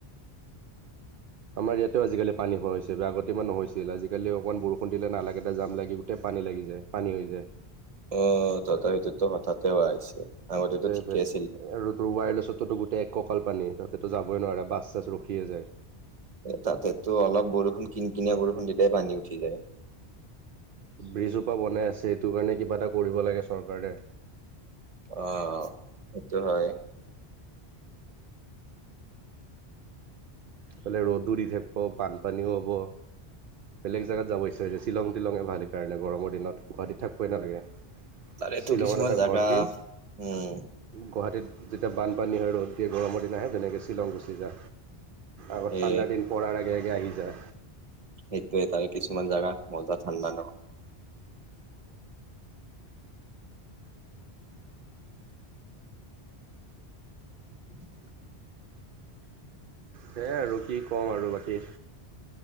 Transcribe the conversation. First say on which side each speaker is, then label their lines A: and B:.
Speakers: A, on the right; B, on the right.
A: আমাৰ ইয়াতো আজিকালি পানী হোৱা হৈছে, আগতে ইমান নহৈছিল আজিকালি অকমান বৰষুণ দিলে নালাকিটা জাম লাগি গোটেই পানী লাগি যায় পানী হৈ যায়।
B: অ তথাপিটো ত হঠাতে হোৱা হৈছে। আগতেতো
A: সেইটোৱে‌
B: ঠিকে
A: সেইটোৱে
B: আছিল
A: আৰু তোৰ ৱায়লেছতোটো গোটেই এক ককাল পানী তাতে তো যাবই নোৱাৰা বাছ চাছ ৰখিয়ে যায়।
B: তাতেতো অলপ বৰষুণ কিন কিনিয়া বৰষুণ দিলে পানী উঠি যায়।
A: ব্ৰিজ হোপা বনাই আছে এইটো কাৰণে কিবা এটা কৰিব লাগে চৰকাৰে।
B: অ সেইটো হয়।
A: এইফালে ৰ'দো দি থাকিব বানপানীও হ'ব বেলেগ জাগাত যাব ইচ্ছা যায়। শ্বিলং তিলং এ ভাল সেইকাৰণে গৰমৰ দিনত গুৱাহাটীত থাক কইনাদিয়া
B: তাৰেতো
A: শ্বিলংত
B: কিছুমান
A: এটা
B: জাগা
A: ঘৰ কিন,
B: উম
A: গুৱাহাটীত যেতিয়া বানপানী হয় ৰ'দ দিয়ে গৰমৰ দিন আহে তেনেকে শ্বিলং গুচি যা, আকৌ ঠাণ্ডা
B: এ
A: দিন পৰাৰ আগে আগে আহি যা।
B: সেইটোৱে তাৰে কিছুমান জাগাত মজা ঠাণ্ডা ন। <unintelligible>
A: সেয়াই আৰু কি ক'ম আৰু বাকী।